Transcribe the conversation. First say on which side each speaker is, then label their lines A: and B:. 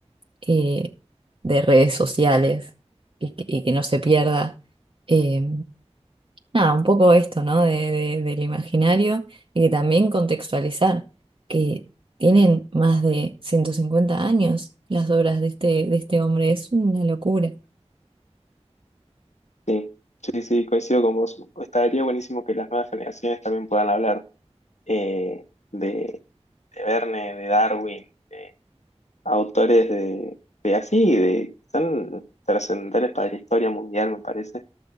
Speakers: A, on the right; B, on the left.
A: eh, de redes sociales y que, y que no se pierda. eh, nada, un poco esto, ¿no? De, de- del imaginario y que también contextualizar que tienen más de 150 años las obras de este, de este hombre. Es una locura.
B: Sí, sí, sí, coincido con vos. Estaría buenísimo que las nuevas generaciones también puedan hablar eh, de, de Verne, de Darwin, de autores de, de así, de son trascendentales para la historia mundial, me parece.